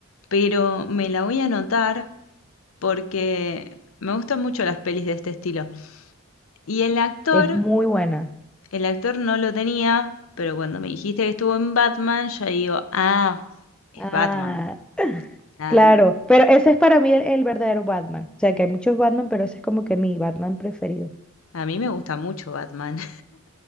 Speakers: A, on the left; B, in the centre.
A: Pero me la voy a anotar porque me gustan mucho las pelis de este estilo. Y el actor
B: es muy buena.
A: El actor no lo tenía, pero cuando me dijiste que estuvo en Batman, ya digo, ah, es
B: Ah,
A: Batman. Ah,
B: claro, pero ese es para mí el, el verdadero Batman. O sea, que hay muchos Batman, pero ese es como que mi Batman preferido.
A: A mí me gusta mucho Batman.